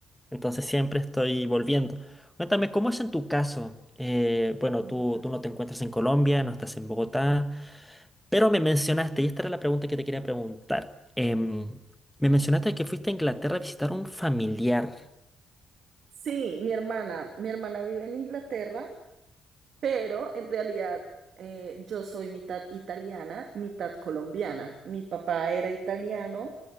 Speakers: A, in the centre; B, on the right.
A: Entonces siempre estoy volviendo. Cuéntame, ¿cómo es en tu caso? Eh, bueno,
B: Bogotá.
A: tú, tú no te encuentras en Colombia, no estás en Bogotá, pero me mencionaste, y esta era la pregunta que te quería preguntar. em, me mencionaste que fuiste a Inglaterra a visitar a un familiar.
B: Sí, mi hermana, mi hermana vive en Inglaterra Pero en realidad eh, yo soy mitad italiana, mitad colombiana. Mi papá era italiano,